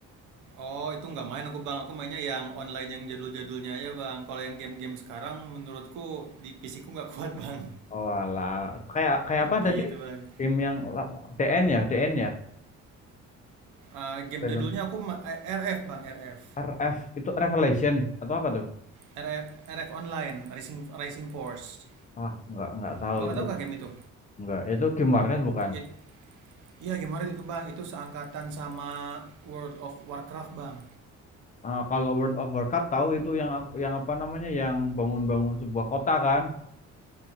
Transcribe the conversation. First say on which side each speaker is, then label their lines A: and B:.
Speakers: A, on the right; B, on the left.
A: Oh, itu nggak main aku Bang. Aku mainnya yang online yang jadul-jadulnya aja Bang. Kalau yang game-game sekarang menurutku di PC ku nggak kuat Bang.
B: Oh alah, kayak kayak apa
A: <laughs> Gitu
B: tadi?
A: Bang.
B: Game yang la- DN ya, DN ya?
A: Eh, game
B: Dragon.
A: jadulnya aku ma- eh, RF bang RF
B: RF itu Revelation atau apa tuh?
A: RF RF online Rising Rising Force
B: Ah, nggak nggak tahu
A: abang
B: itu
A: nggak tahu kah game itu
B: Enggak, itu game warnet bukan.
A: It- iya game horror itu bang itu seangkatan sama World of Warcraft bang
B: Ah, kalau World of Warcraft tahu itu yang ap- yang apa namanya yang bangun-bangun sebuah kota kan?